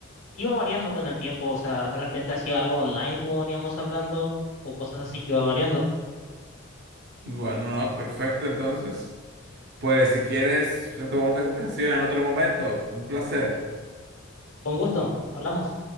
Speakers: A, on the left (about 80°); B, on the right (about 55°).
A: iba variando con el tiempo, o sea, de repente hacía algo online como veníamos hablando o cosas así que iba variando.
B: bueno, no, perfecto entonces. Pues si quieres, retomamos la conversación en otro momento. Un placer.
A: Con gusto, hablamos.